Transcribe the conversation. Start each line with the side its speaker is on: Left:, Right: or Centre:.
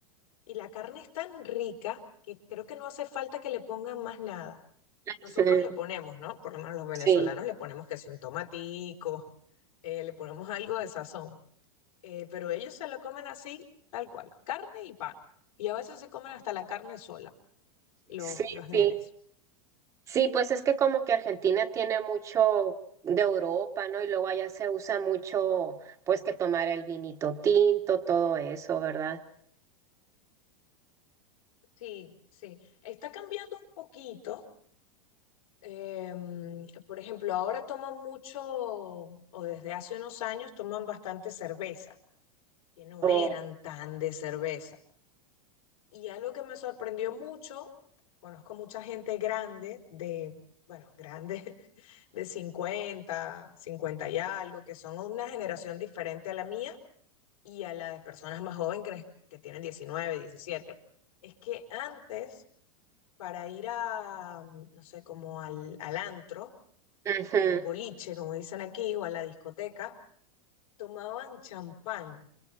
Left: Y la carne es tan rica que creo que no hace falta que le pongan más nada.
Right: <laughs>
Left: Nosotros
Right: ujú,
Left: le ponemos, ¿no? Por lo menos los venezolanos
Right: sí,
Left: le ponemos que si un tomatico, <laughs> eh, le ponemos algo de sazón. Eh, pero ellos se lo comen así, tal cual, carne y pan. Y a veces se comen hasta la carne sola, los,
Right: sí,
Left: los nenes.
Right: sí. Sí, pues es que como que Argentina tiene mucho de Europa, ¿no? Y luego allá se usa mucho, pues que tomar el vinito tinto, todo eso, ¿verdad?
Left: Sí, sí. Está cambiando un poquito. em, por ejemplo, ahora toman mucho, o desde hace unos años toman bastante cerveza, que no
Right: o
Left: eran tan de cerveza. Y algo que me sorprendió mucho, conozco mucha gente grande de, bueno, grande, <laughs> de 50 50 y algo, que son una generación diferente a la mía y a la de personas más jóvenes que, que tienen diecinueve diecisiete Es que antes, para ir a, no sé, como al, al antro,
Right: ujú,
Left: eh, al boliche, como dicen aquí, o a la discoteca, tomaban champán.